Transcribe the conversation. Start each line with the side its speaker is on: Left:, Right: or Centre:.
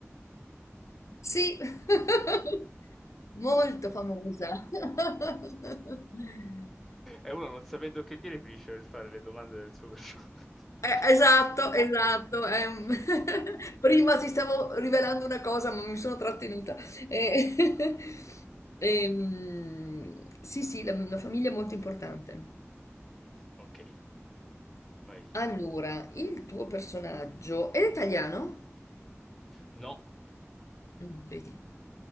Left: Sì, <laughs> molto famosa. <laughs>
Centre: E uno non sapendo che dire finisce per fare le domande del suo personaggio.
Left: Eh, esatto, esatto. ehm.
Centre: Eh,
Left: <laughs> Prima ti stavo rivelando una cosa, ma mi sono trattenuta. Eh, <laughs> ehm, sì, sì, la, la famiglia è molto
Centre: no,
Left: importante.
Centre: Ok, vai.
Left: Allora, il tuo personaggio è italiano?
Centre: No.
Left: Mm, Vedi,